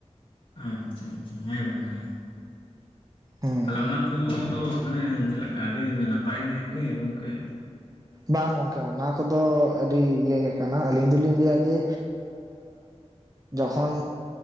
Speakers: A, on the left; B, on the right.
A: ᱟᱪᱪᱷᱟ ᱟᱪᱪᱷᱟ ᱦᱮᱸ ᱜᱚᱝᱠᱮ
B: ᱦᱩᱸ
A: ᱛᱟᱦᱞᱮ ᱚᱱᱟ ᱠᱚᱫᱚ ᱢᱟᱱᱮ ᱪᱮᱫᱮᱠᱟ ᱟᱹᱰᱤ ᱱᱟᱯᱟᱭ ᱜᱮᱭᱟ ᱠᱤ ᱜᱚᱝᱠᱮ
B: ᱵᱟᱝ ᱜᱚᱝᱠᱮ ᱚᱱᱟ ᱠᱚᱫᱚ ᱟᱹᱰᱤ ᱤᱭᱟᱹ ᱜᱮ ᱠᱟᱱᱟ ᱟᱹᱞᱤᱧ ᱫᱚᱞᱤᱧ ᱞᱟᱹᱭᱟ ᱡᱮ ᱡᱚᱠᱷᱚᱱ